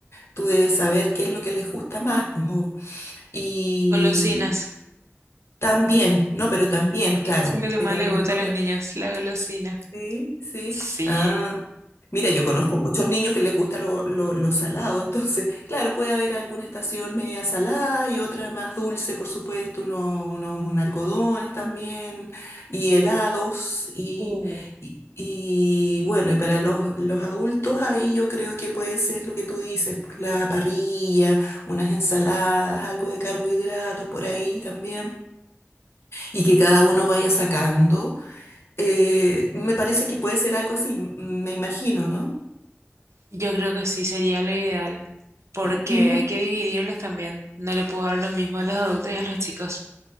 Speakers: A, on the left; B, on the right.
A: tú debes saber qué es lo que les gusta más. pues, o- Y
B: Golosinas.
A: también, no, pero también, claro,
B: Eso es lo que
A: pero
B: más
A: a
B: le
A: lo mejor
B: gusta a los niños, la golosina.
A: Sí, sí.
B: Sí.
A: Ah, mira, yo conozco muchos niños que les gusta lo, lo, lo salado, entonces, <laughs> claro, puede haber alguna estación media salada y otra más dulce, por supuesto, uno- unos algodones también, y helados, y,
B: Uh,
A: y, y, bueno, y para los, los adultos ahí yo creo que puede ser lo que tú dices, pues, la parrilla, unas ensaladas, algo de carbohidratos por ahí también, y que cada uno vaya sacando. Eh, me parece que puede ser algo así, m- me imagino, no
B: yo creo que sí sería lo ideal. Porque
A: Ujú.
B: hay que dividirles también. No le puedo dar lo mismo a los adultos y a los chicos.